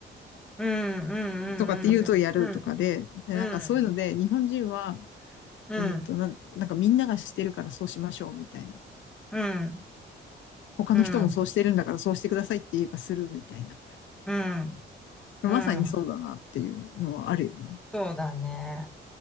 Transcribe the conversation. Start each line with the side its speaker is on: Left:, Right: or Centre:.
Centre: うん。うん。
Left: とかって言うとやるとかで、
Centre: うん。
Left: で、
Centre: う
Left: なんかそういうので日本人は、
Centre: ん。
Left: えっと、ななんかみんながしてるからそうしましょうみたいな。
Centre: うん。うん。
Left: 他の人もそうしてるんだからそうしてくださいって言えばするみたいな。
Centre: うん。うん。うん。
Left: まさにそうだなっていうのはあるよね。
Centre: うん。そうだね。